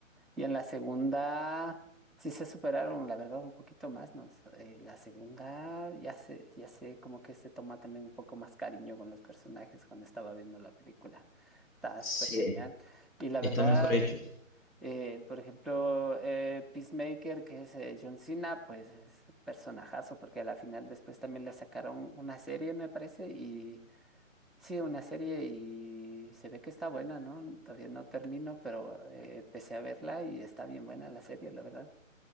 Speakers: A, in the centre; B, on the left.
A: Y en la segunda sí se superaron, la verdad, un poquito más, ¿no? So- eh, la segunda ya se, ya se como que se toma también un poco más cariño con los personajes cuando estaba viendo la película. Estaba
B: Sí,
A: súper genial. Y la
B: están
A: verdad.
B: mejor hechos.
A: Eh, por ejemplo, eh, Peacemaker, que es eh, John Cena, pues es un personajazo, porque a la final después también le sacaron una serie, me parece, y sí, una serie y se ve que está buena, ¿no? Todavía no termino, pero eh, empecé a verla y está bien buena la serie, la verdad.